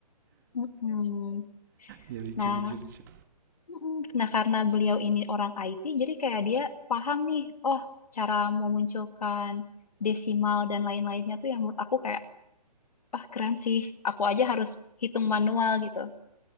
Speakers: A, on the left (about 65°); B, on the right (about 30°).
A: Mm-mm.
B: ya lucu
A: Nah,
B: lucu lucu.
A: mm-mm. Nah karena beliau ini orang IT, jadi kayak dia paham nih, oh cara memunculkan desimal dan lain-lainnya tuh yang menurut aku kayak, ah keren sih, aku aja harus hitung manual gitu.